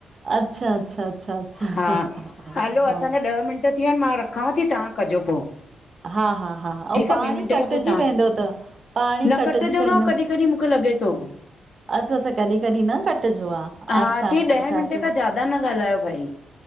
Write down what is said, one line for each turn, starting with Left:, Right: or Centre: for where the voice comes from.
Right: अच्छा अच्छा अच्छा। अच्छा
Left: हा हलो
Right: हा
Left: असांजा ॾह मिंट थी विया आहिन, मां रखांव थी तहां कजो पो।
Right: हा, हा, हा, हा ऐं
Left: ठीकु
Right: पाणी
Left: आ ॿी मिंटे
Right: कटिजी
Left: खां पो तव्हां,
Right: वेंदो त पाणी
Left: न
Right: कटिजी
Left: कटजो
Right: वेंदो
Left: न कॾहिं कॾहिं मूंखे लॻे थो। त <inaudible>
Right: अच्छा -अच्छा, कॾी -कॾी न कटिजो आ
Left: हा
Right: अच्छा-
Left: चई
Right: अच्छा
Left: ॾह
Right: चाची।
Left: मिंट खां ज्यादा न ॻाल्हायो भाई